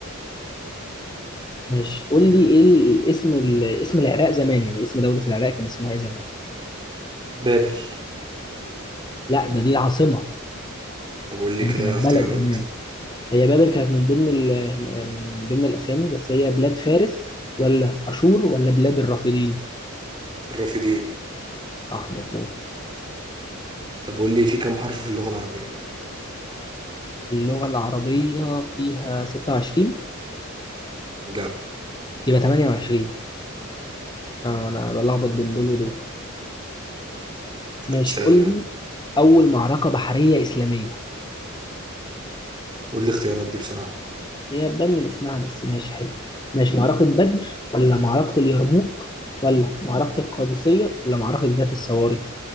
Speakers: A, on the left; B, on the right.
A: ماشي قول لي ايه ال- اسم ال- اسم العراق زمان يعني اسم دولة العراق كان اسمها ايه زمان
B: بابل
A: لا ده دي العاصمة
B: طب قول لي
A: يعني
B: كده
A: كانت
B: اختيارات
A: بلد هناك هي بابل كانت من ضمن ال- من ضمن الاسامي بس هي بلاد فارس ولا اشور ولا بلاد الرافدين
B: الرافدين
A: صح مظبوط
B: طب قول لي في كام حرف في اللغة العربية
A: اللغة العربية فيها 26
B: لا
A: يبقى 28 اه انا بلخبط بين دول ودول ماشي
B: طب اسألني
A: قول لي
B: يلا
A: اول معركة بحرية اسلامية
B: قول لي اختيارات دي بصراحة
A: هي تبان من اسمها بس ماشي حلو ماشي معركة بدر ولا معركة اليرموك ولا معركة القادسية ولا معركة ذات الصواري